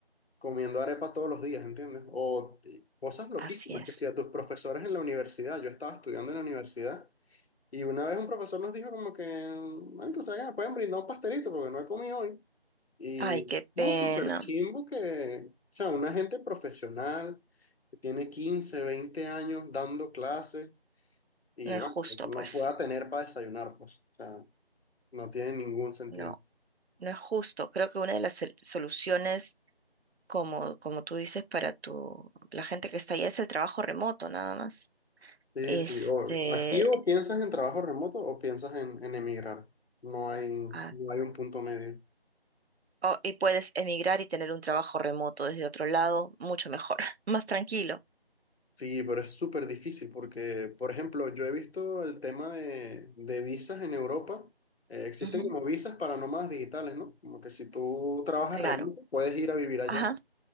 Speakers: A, on the left; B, on the right.
A: comiendo arepa todos los días, ¿entiendes? O y cosas loquísimas,
B: Así es.
A: que si a tus profesores en la universidad, yo estaba estudiando en la universidad y una vez un profesor nos dijo como que, "Marico, ¿saben que me pueden brindar un pastelito porque no he comido hoy? Y
B: Ay, qué
A: no,
B: pena.
A: súper chimbo que, o sea, una gente profesional que tiene 15 20 años dando clases y
B: No es
A: bueno,
B: justo,
A: no
B: pues.
A: pueda tener para desayunar, pues, o sea, no tiene ningún sentido.
B: No, no es justo. Creo que una de las sel- soluciones, como, como tú dices, para tu, la gente que está allá es el trabajo remoto, nada más.
A: Sí,
B: Este,
A: sí, o aquí o piensas
B: s-
A: en trabajo remoto o piensas en, en emigrar. No hay, no
B: ah,
A: hay un punto medio.
B: oh, y puedes emigrar y tener un trabajo remoto desde otro lado, mucho mejor, <laughs> más tranquilo.
A: Sí, pero es súper difícil porque, por ejemplo, yo he visto el tema de, de visas en Europa. Eh, existen
B: Ujú,
A: como visas para nómadas digitales, ¿no? Como que si tú trabajas
B: Claro.
A: remoto, puedes ir a vivir allá.
B: Ajá.